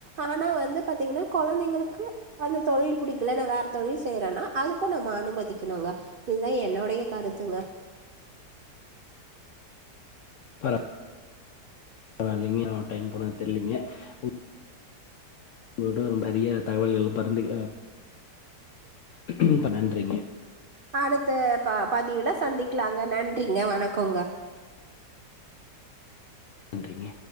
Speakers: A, on the right; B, on the left.
A: ஆனா வந்து பாத்தீங்கனா கொழந்தைங்ளுக்கு அந்தத்தொழில் பிடிக்ல நா வேற தொழில் செய்றனா அதுக்கு நம்ம அனுமதிக்னுங்க இதா என்னுட கருத்துங்க
B: பர வால்லிங்க டைம் போனத் தெரிலிங்க உ உங்ககிட்ட ரொம்ப அரிய தகவல்கள் பறந்து அஹ் <unintelligible> நன்றிங்க
A: அடுத்த ப பதிவுல சந்திக்லாங்க நன்றிங்க வணக்கோங்க
B: நன்றிங்க